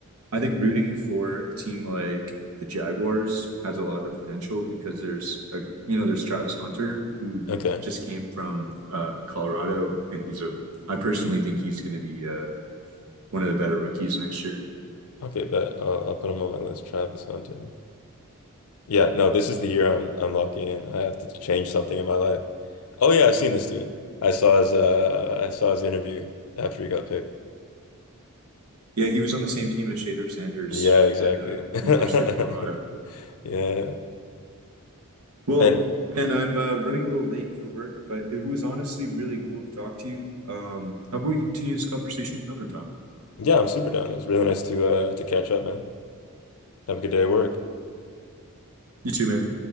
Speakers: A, on the right (about 90°); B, on the left (about 70°).
A: I think rooting for a team like the Jaguars has a lot of potential because there's a you know there's Travis Hunter who
B: Okay.
A: just came from uh, Colorado and he's a I personally think he's going to be uh, one of the better rookies next year.
B: Okay, but I'll, I'll put him on my list. Travis Hunter. Yeah, no, this is the year I'm I'm locking in. I have to change something in my life. Oh yeah, I've seen this dude. I saw his uh I saw his interview after he got picked.
A: Yeah, he was on the same team as Shader Sanders
B: Yeah, exactly.
A: at uh,
B: <laughs>
A: the University of Colorado.
B: Yeah.
A: Well,
B: And
A: man, I'm uh, running a little late for work, but it was honestly really cool to talk to you. Um, how about we continue this conversation another time?
B: yeah, I'm super down. It was really nice to uh to catch up, man. Have a good day at work.
A: You too, man.